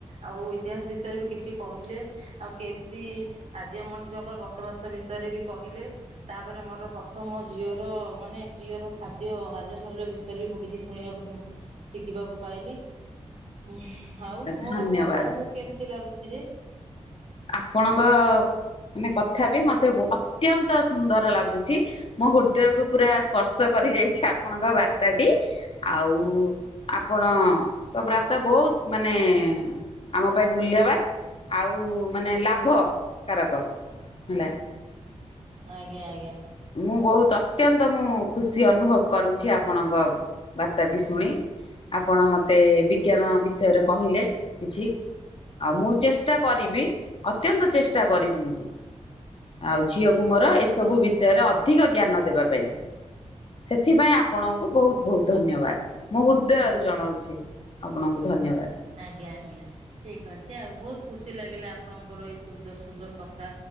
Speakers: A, on the right (about 60°); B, on the left (about 50°).
A: ଆଉ ଇତିହାସ ବିଷୟରେ ବି କିଛି କହିଲେ ଆଉ କେମତି। ଆଦିମ ମଣିଷଙ୍କର ବସବାସ ବିଷୟରେ ବି କହିଲେ। ତାପରେ ମୋର ପ୍ରଥମ ଝିଅର ମାନେ ପ୍ରିୟର ଖାଦ୍ୟ ଗାଜର୍ ହାଲୁଆ ବିଷୟ ରେ ବି ମୁଁ କିଛି ଶୁଣିବାକୁ ଶିଖିବାକୁ ପାଇଲି। ହୁଁ ଆଉ ମୋ
B: ଧନ୍ୟବାଦ।
A: କଥା ଆପଣଙ୍କୁ କେମତି ଲାଗୁଛି ଯେ?
B: ଆପଣଙ୍କ ମାନେ କଥା ବି ମତେ ଅତ୍ୟନ୍ତ ସୁନ୍ଦର ଲାଗୁଛି। ମୋ ହୃର୍ଦୟକୁୁ ପୁରା ସ୍ପର୍ଶ କରି ଯାଇଛି ଆପଣଙ୍କ ବାର୍ତ୍ତା ଟି। ଆଉ
A: ହଁ
B: ଆପଣ ଙ୍କ ବ୍ରାତା ବୋଉତ୍ ମାନେ ଆମ ପାଇଁ ମୂଲ୍ୟବାନ୍। ଆଉ ମାନେ ଲାଭ କାରକ ହେଲା।
A: ଆଜ୍ଞା ଆଜ୍ଞା।
B: ମୁଁ ବୋହୁତ୍ ଅତ୍ୟନ୍ତ ମୁଁ ଖୁସି ଅନୁଭବ କରୁଛି, ଆପଣଙ୍କ ବାର୍ତ୍ତାଟି ଶୁଣି। ଆପଣ ମତେ ବିଜ୍ଞାନ ବିଷୟରେ କହିଲେ କିଛି। ଆଉ ମୁଁ ଚେଷ୍ଟା କରିବି ଅତ୍ୟନ୍ତ ଚେସ୍ ଚେଷ୍ଟା କରିବି ମୁଁ, ଆଉ ଝିଅକୁ ମୋର ଏସବୁ ବିଷୟରେ ଅଧିକ ଜ୍ଞାନ ଦେବା ପାଇଁ ଏଥିପାଇଁ ଆପଣଙ୍କୁ ବୋହୁତ୍ ବୋହୁତ୍ ଧନ୍ୟବାଦ୍ ମୁଁ ହୃର୍ଦୟରୁ ଜଣଉଛି। ଆପଣଙ୍କୁ ଧନ୍ୟବାଦ।
A: ଆଜ୍ଞା ଆଜ୍ଞା ଠିକ୍ ଅଛି ଆଉ ବୋହୁତ୍ ଖୁସି ଲାଗିଲା ଆପଣଙ୍କର ଏଇ ସୁନ୍ଦର ସୁନ୍ଦର କଥା।